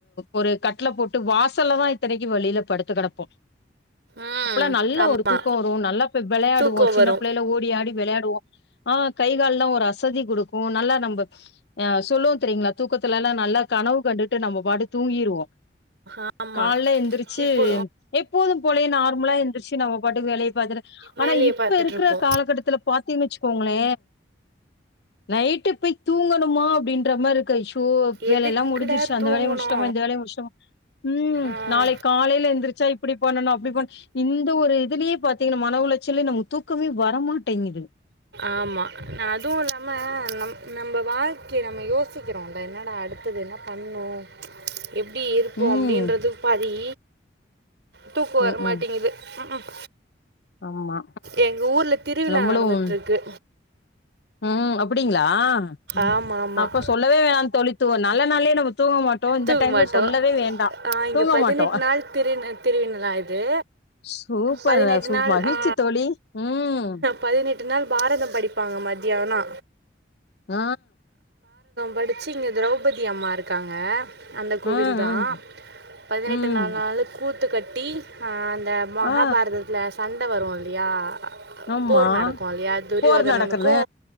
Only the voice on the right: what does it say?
ம்
ஆமா
தூக்கம்
வரு
ஆமா
இப்போ
வேலைய
பாத்துட்டு
இருப்போ
எதுக்குடா
தூங்கணு
ஆ
ஆமா நா அதுவு இல்லாம நம் நம்ப வாழ்க்கைய நம்ம யோசிக்கிறோல்ல என்னடா அடுத்தது என்ன பண்ணு எப்டி இருப்போ
அப்டின்றது பாதி தூக்கோ வர
மாட்டேங்குது
ம்க்கும்.
எங்க ஊர்ல திருவிழா
நடந்துட்ருக்கு
ஆமாம் ஆமாம்
தூங்மாட்டோ
ஆ இங்க
பதினெட்
நாள் திரு நா திருவினலா இது
பதினெட்டு
நாள்
ஆ
பதினெட்டு நாள் பாரதம் படிப்பாங்க மத்தியானோ
படிச்சி இங்க திரௌபதி அம்மா இருக்காங்க. அந்த கோவில்தா
பதினெட்டு
நாள் நாளு கூ த்து கட்டி ஆ இந்த மகாபாரதத்துல
சண்ட வருல் ல்லியா
போர் நடக்கு இல்லையா துரியோதனனுக்கு